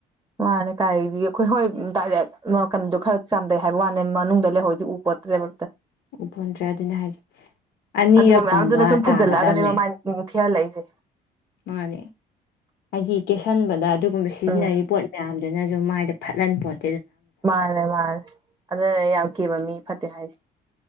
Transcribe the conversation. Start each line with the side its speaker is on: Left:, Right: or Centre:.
Right: ꯃꯥꯅꯦ ꯀꯥꯏꯕꯤ ꯑꯩꯈꯣꯏ ꯍꯣꯏꯩꯅ ꯈꯔ ꯆꯥꯝꯗꯩ ꯍꯥꯏꯕ ꯋꯥꯅꯦ ꯃꯅꯨꯡꯗ ꯂꯩꯍꯧꯗꯤ ꯎ ꯄꯣꯠꯇ꯭ꯔꯦꯕ
Left: ꯎꯄꯣꯟꯇ꯭ꯔꯦ ꯑꯗꯨꯅꯦ ꯍꯥꯏꯁꯦ ꯑꯅꯤꯔꯛꯀꯨꯝꯕ
Right: ꯑꯗꯨꯒ ꯃꯌꯥꯝꯗꯨꯅ ꯁꯨꯝ ꯐꯨꯖꯜꯂꯛꯑꯒꯅꯦ
Left: ꯇꯥꯒꯗꯕꯅꯦ
Right: ꯃꯃꯥꯏ ꯊꯤꯌꯥ ꯂꯩꯁꯦ
Left: ꯃꯥꯅꯦ ꯍꯥꯏꯗꯤ ꯀꯦꯁꯤꯟꯕꯗ ꯑꯗꯨꯒꯨꯝꯕ ꯁꯤꯖꯤꯟꯅꯔꯤꯕ
Right: ꯎꯝ
Left: ꯄꯣꯠ ꯃꯌꯥꯝꯅꯦ ꯑꯗꯨꯅꯁꯨ ꯃꯥꯏꯗ ꯐꯠꯍꯟ ꯄꯣꯠ
Right: ꯃꯥꯂꯦ ꯃꯥꯂꯦ ꯑꯗꯨꯅꯦ ꯌꯥꯝ ꯀꯤꯕ ꯃꯤ ꯐꯠꯇꯦ ꯍꯥꯏꯁꯦ